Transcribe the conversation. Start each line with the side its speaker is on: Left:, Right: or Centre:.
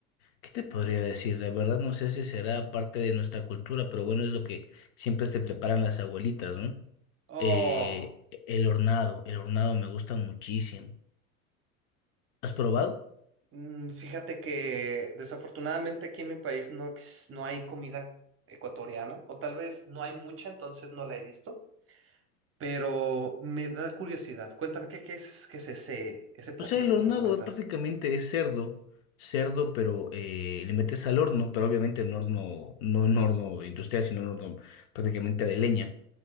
Left: ¿qué te podría decir? La verdad no sé si será parte de nuestra cultura, pero bueno, es lo que siempre te preparan las abuelitas, ¿no?
Right: Oh,
Left: Eh, el hornado, el hornado me gusta muchísimo. ¿Has probado?
Right: mm, fíjate que desafortunadamente aquí en mi país no, ex- no hay comida ecuatoriana, o tal vez no hay mucha, entonces no la he visto, pero me da curiosidad. Cuéntame, ¿qué, qué es, qué es ese, ese platillo
Left: O sea, el
Right: que
Left: hornado
Right: me comentas?
Left: es prácticamente es cerdo, cerdo, pero eh, le metes al horno, pero obviamente en horno, no en horno industrial, sino en horno prácticamente de leña.